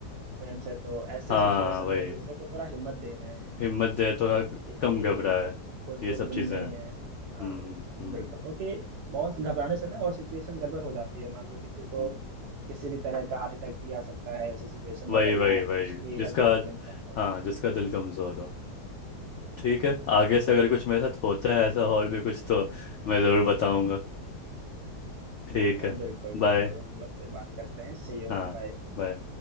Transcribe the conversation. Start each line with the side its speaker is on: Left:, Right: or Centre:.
Right: फ्रेंड्स है तो ऐसे
Left: हाँ
Right: सिचुएशन
Left: वही
Right: में एक दूसरे को थोड़ा हिम्मत दे रहे हैं
Left: हिम्मत जो है थोड़ा
Right: कि
Left: कम घबराए
Right: कोई
Left: ये
Right: प्रॉब्लम
Left: सब चीज़ें
Right: नहीं
Left: हैं
Right: है
Left: हम्म
Right: हाँ
Left: हम्म
Right: बिल्कुल क्योंकि बहुत घबराने से ना और सिचुएशन गड़बड़ हो जाती है मान लो किसी को
Left: हम्म।
Right: किसी भी तरह का हार्ट अटैक भी आ सकता है ऐसे सिचुएशन
Left: वही
Right: में अगर वो
Left: वही वही
Right: उसकी
Left: जिसका
Right: हेल्थ प्रॉब्लम्स है तो
Left: हाँ जिसका दिल कमज़ोर हो ठीक है
Right: हाँ
Left: आगे से अगर कुछ मेरे साथ होता है ऐसा और भी कुछ तो मैं ज़रूर बताऊंगा ठीक
Right: तो
Left: है
Right: बिल्कुल
Left: बाय
Right: बिल्कुल हम लोग फिर बात करते हैं See you
Left: हाँ
Right: bye
Left: bye.